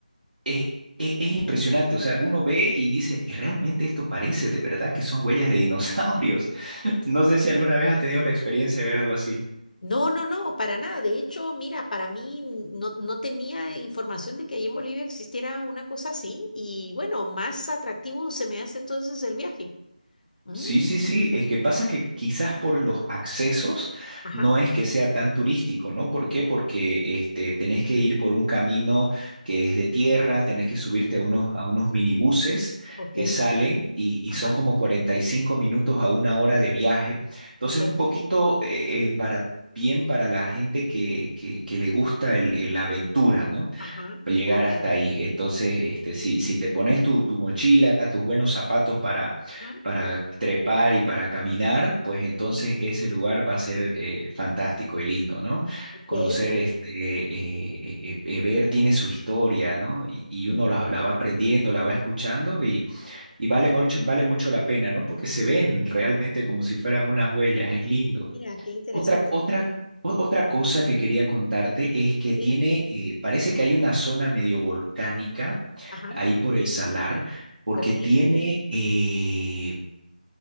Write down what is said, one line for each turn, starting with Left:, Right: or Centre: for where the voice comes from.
Right: Es, es, es impresionante, o sea, uno ve y dice, realmente esto parece de verdad que son huellas de dinosaurios. <laughs> No sé si alguna vez has tenido la experiencia de ver algo así.
Left: no, no, no, para nada. De hecho, mira, para mí no, no tenía información de que ahí en Bolivia existiera una cosa así y bueno, más atractivo se me hace entonces el viaje. Mm,
Right: Sí, sí, sí, es que pasa que quizás por los accesos
Left: ajá,
Right: no es que sea tan turístico, ¿no? ¿Por qué? Porque este, tenés que ir por un camino que es de tierra, tenés que subirte a unos, a unos minibuses
Left: ok,
Right: que salen y, y
Left: ajá,
Right: son como 45 minutos a una hora de viaje. Entonces,
Left: ok,
Right: un poquito eh, eh, para, bien para la gente que, que, que le gusta el, el- la aventura, ¿no?
Left: ajá,
Right: llegar
Left: ok,
Right: hasta ahí. Entonces, este, si, si te pones tu, tu mochila, tus buenos zapatos para,
Left: ajá,
Right: para trepar y para caminar, pues entonces
Left: sí,
Right: ese lugar va a ser eh, fantástico y lindo, ¿no?
Left: ok.
Right: Conocer, este, eh, eh, eh, ver tiene su historia, ¿no? Y, y
Left: Mm,
Right: uno la, la va aprendiendo, la va escuchando y, y vale mucho, vale mucho la pena, ¿no? Porque se ven realmente como si fueran unas huellas, es lindo.
Left: Mira, qué interesante.
Right: Otra, otra, o- otra cosa que quería contarte es que tiene,
Left: Sí,
Right: eh, parece que hay una zona medio volcánica
Left: ajá,
Right: ahí por el salar, porque
Left: ok.
Right: tiene, eh,